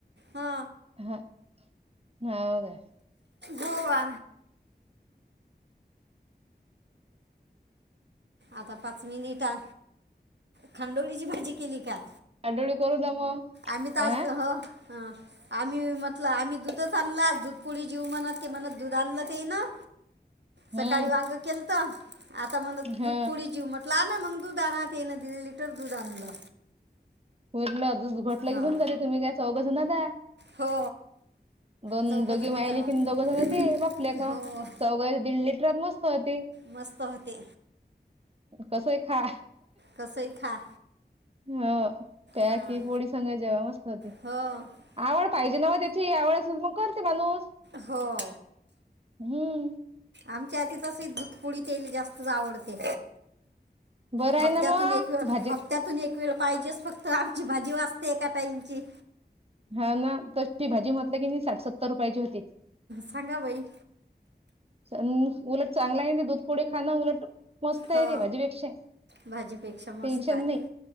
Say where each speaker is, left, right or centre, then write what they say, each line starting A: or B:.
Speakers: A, on the right; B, on the right.
A: हा
B: हां <unintelligible>
A: गोवा आता पाच मिनिटा खांडोळीची भाजी केली काय?
B: आठवडी करू ना मग
A: आम्ही ताज
B: अ
A: हं. हां आम्ही म्हटलं आम्ही दुधच आणला, दुधपोळी जीव म्हणत की म्हणत दूध आणलं तेनं
B: हम्म
A: सकाळी वांग केलंत, आता म्हणत दुध
B: ह
A: जेऊ म्हटलं आना मग दूध आना तेन दीड लिटर दूध आणलं.
B: वरण दूध घोटल
A: हा
B: की होऊन जात, तुम्ही काय चव बघून राहता.
A: हो
B: दोन
A: चौघ
B: दोघी
A: जणच
B: मायलेली
A: आहो आम्ही
B: आणि दोघ जण ते बापलेक,
A: हो
B: चौघात दीड लिटरात मस्त होते.
A: मस्त होते
B: कसंही खा
A: कसंही खा
B: हा त्याकी
A: हां
B: पोळी संग जेवावच पडते.
A: हो
B: आवड पाहिजे नव त्याची, आवड असल तर मग करते माणूस
A: हो
B: हम्म
A: आमच्या आती तसे दुधपोळी तेले जास्तच आवडते.
B: बरं
A: हप्त्यातून
B: आहे ना मग
A: एक वेळ
B: भाजी
A: हाफ त्यातून एक वेळ पाहिजेच फक्त आमची भाजी वाचते एका टाइमची.
B: हा ना तशी ती भाजी म्हटलं किणी, साठ सत्तर रुपयाची होती.
A: सांगा बाई
B: उलट चांगला हाय न दुधपोळी खाणं उलट मस्त आहे
A: हो
B: नई भाजीपेक्षा,
A: भाजीपेक्षा मस्त
B: टेन्शन
A: आहे
B: नाही.